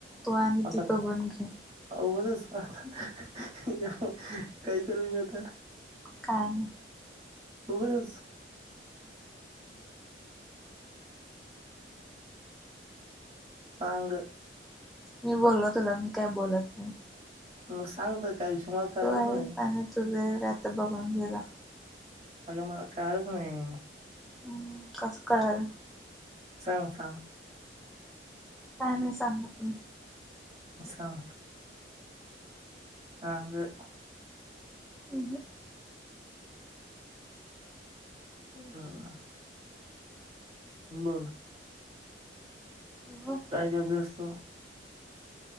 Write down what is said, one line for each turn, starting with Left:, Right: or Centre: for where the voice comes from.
Centre: तू आणि
Right: आता
Centre: ती बघून घे.
Right: उगाच आता काही केल मी आता.
Centre: काय नाही.
Right: उगचच. सांग.
Centre: मी बोललो तुला मी काही बोलत नाही.
Right: म सांगत काय विषय मला कळलंच
Centre: तू आहेस
Right: नाही.
Centre: आणि तुझं काय तर बघुन घे जा.
Right: अगं मला कळलंच नाही.
Centre: हम्म कस कळल.
Right: सांग सांग!
Centre: काय नाही सांगत.
Right: सांग. सांग.
Centre: ह ह
Right: हम् बर
Centre: बोल
Right: काय करल्यास तू.